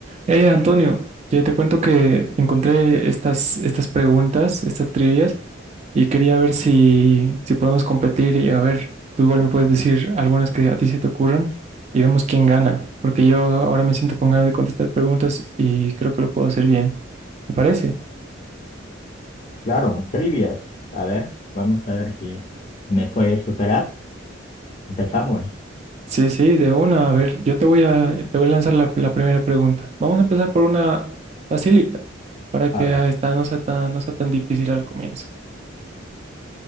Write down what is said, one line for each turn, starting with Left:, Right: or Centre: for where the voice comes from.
Right: Eh, Antonio, ya te cuento que encontré estas, estas preguntas, estas trivias, y quería ver si, si podemos competir y a ver, tú igual me puedes decir algunas que a ti se te ocurran y vemos quién gana, porque yo ahora me siento con ganas de contestar preguntas y creo que lo puedo hacer bien. ¿Te parece?
Left: Claro, un trivias. A ver, vamos a ver si me puedes superar. Empezamos.
Right: Sí, sí, de una. A ver, yo te voy a, te voy a lanzar la, la primera pregunta. Vamos a empezar por una facilita, para que
Left: A ver,
Right: esta no sea tan, no sea tan difícil al comienzo.